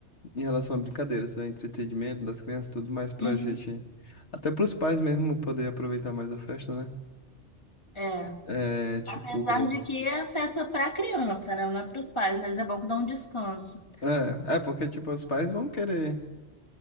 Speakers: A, on the left; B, on the left.
A: em relação a brincadeiras, né? Entretenimento das crianças, tudo mais pra
B: Uhum.
A: gente. Até pros pais mesmo poder aproveitar mais a festa, né?
B: É.
A: É, tipo.
B: Apesar de que é festa pra criança, né? Não é pros pais, mas é bom que dá um descanso.
A: É, é porque, tipo, os pais vão querer.